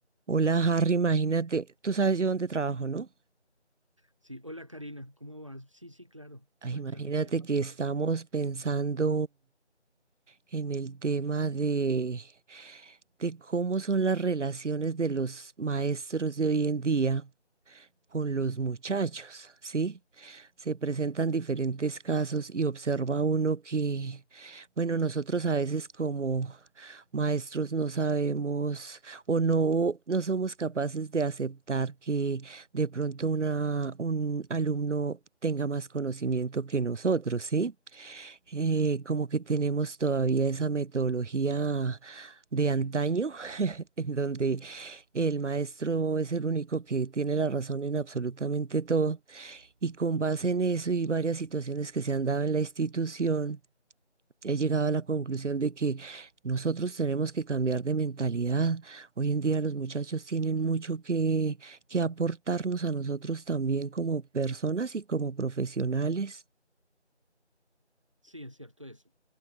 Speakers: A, on the right (about 80°); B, on the right (about 25°).
A: Hola Harry, imagínate, tú sabes yo dónde trabajo, ¿no?
B: Sí, hola Karina, ¿cómo vas? Sí, sí, claro,
A: Ay,
B: cuéntame,
A: imagínate
B: ¿qué ha pasado?
A: que estamos pensando en el tema de, de cómo son las relaciones de los maestros de hoy en día con los muchachos, ¿sí? Se presentan diferentes casos y observa uno que, bueno, nosotros a veces como maestros no sabemos o no, no somos capaces de aceptar que de pronto una, un alumno tenga más conocimiento que nosotros, ¿sí? Eh, como que tenemos todavía esa metodología de antaño <laughs> en donde el maestro es el único que tiene la razón en absolutamente todo. Y con base en eso y varias situaciones que se han dado en la institución, he llegado a la conclusión de que nosotros tenemos que cambiar de mentalidad. Hoy en día los muchachos tienen mucho que, que aportarnos a nosotros también como personas y como profesionales.
B: Sí, es cierto eso.